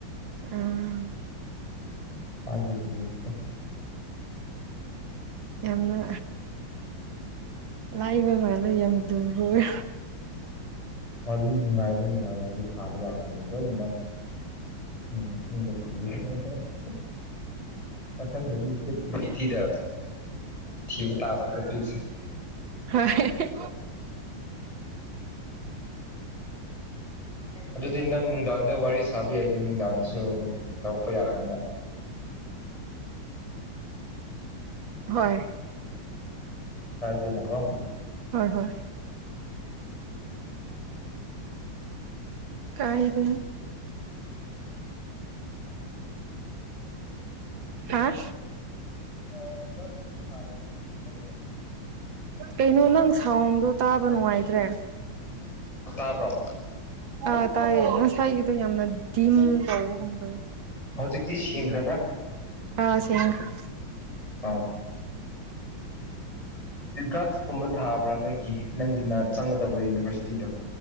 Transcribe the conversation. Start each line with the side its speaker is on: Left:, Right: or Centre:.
Right: ꯎꯝ
Left: ꯄꯥꯏꯒꯤꯗꯨꯗꯤ
Right: ꯌꯥꯝꯅ ꯂꯥꯏꯕ ꯃꯥꯜꯂꯦ ꯌꯥꯝ ꯂꯨꯕ ꯑꯣꯏ
Left: ꯋꯥꯔꯤ ꯅꯨꯡꯉꯥꯏꯕ ꯅꯨꯡꯉꯥꯏꯕꯗꯤ ꯁꯥꯕ ꯌꯥꯗꯣꯏꯅꯦ ꯂꯣꯏꯅꯃꯛ ꯎꯝ ꯎ <inaudible> ꯃꯊꯪꯗꯗꯤ ꯄꯤ ꯇꯤꯗ ꯊꯤꯕ ꯇꯥꯕ ꯇꯣꯄꯤꯛꯁꯦ
Right: ꯍꯣꯏ
Left: ꯑꯗꯨꯗꯤ ꯅꯪ ꯅꯨꯡꯗꯥꯡꯗ ꯋꯥꯔꯤ ꯁꯥꯕ ꯌꯥꯏꯗꯤ ꯅꯨꯡꯗꯥꯡꯁꯨ ꯑꯗꯨꯝ ꯇꯧꯔꯛꯄ ꯌꯥꯕꯅꯤꯅ
Right: ꯍꯣꯏ
Left: ꯍꯥꯢꯗꯤ ꯅꯒꯣ
Right: ꯍꯣꯏ ꯍꯣꯏ ꯀꯥꯏꯗꯦ ꯍꯥ
Left: ꯑꯣ ꯏꯟꯇ꯭ꯔꯥꯟꯁ ꯊꯕ <unintelligible>
Right: ꯀꯩꯅꯣ ꯅꯪ ꯁꯥꯎꯟꯗꯣ ꯇꯥꯕ ꯅꯨꯡꯉꯥꯏꯇ꯭ꯔꯦ
Left: ꯇꯥꯕꯔꯣ
Right: ꯑꯥ ꯇꯥꯏꯌꯦ ꯉꯁꯥꯏꯒꯤꯗꯣ ꯌꯥꯝꯅ ꯗꯤꯝ ꯇꯧꯕꯒꯨꯝꯗꯧꯋꯦ
Left: ꯍꯧꯖꯤꯛꯇꯤ ꯁꯦꯡꯈ꯭ꯔꯕ꯭ꯔꯥ
Right: ꯑ ꯁꯦꯡꯉꯦ
Left: ꯑꯥ ꯏꯟꯇꯔꯥꯟꯁꯀꯨꯝꯕ ꯊꯥꯕ꯭ꯔꯥ ꯅꯣꯏꯒꯤ ꯅꯪꯒꯤꯅ ꯆꯪꯒꯗꯕ ꯌꯨꯅꯤꯚꯔꯁꯤꯇꯤꯗꯣ